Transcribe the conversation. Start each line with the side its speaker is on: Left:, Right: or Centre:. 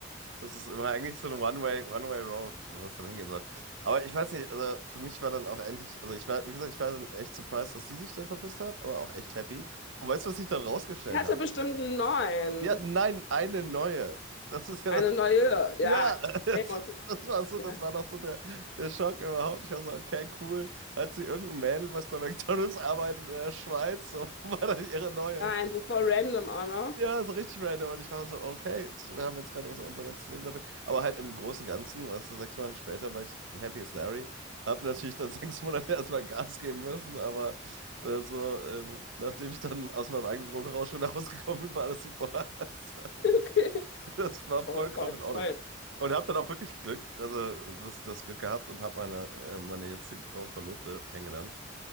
Right: Das ist immer eigentlich so eine One-Way, One-Way-Road, wo es dann hingehen soll. Aber ich weiß nicht, also für mich war dann auch endlich, also ich war, wie gesagt, ich war dann echt surprised, dass sie sich dann verpisst hat, aber auch echt happy. Und weißt du, was sich dann rausgestellt
Left: Er hatte
Right: hat?
Left: bestimmt einen neuen.
Right: Ja, nein, eine neue. Das ist ja
Left: Eine
Right: das,
Left: neue. Ja,
Right: ja, <laughs> das,
Left: nehmen wir uns.
Right: das war so,
Left: Ja.
Right: das war noch so der, der Schock überhaupt. Ich war so, okay, cool. Hat sie irgendein Mädel, was bei McDonald's arbeitet in der Schweiz, so <laughs> war dann ihre neue.
Left: Nein, so voll random auch noch.
Right: Ja, so richtig random. Und ich war so, okay, wir haben jetzt gerade so unser ganzes Leben dafür. Aber halt im Großen und Ganzen, weißt du, sechs Monate später war ich happy as Larry. Hab natürlich dann <laughs> sechs Monate erstmal Gas geben müssen, aber da so, ähm, nachdem ich dann aus meinem eigenen Drogenrausch wieder <laughs> rausgekommen bin, war alles super. <laughs>
Left: <laughs> Okay.
Right: Das das war
Left: Toll,
Right: vollkommen
Left: toll,
Right: in Ordnung.
Left: toll.
Right: Und hab dann auch wirklich Glück, also das, das Glück gehabt und hab meine, äh, meine jetzige Frau und Verlobte kennengelernt.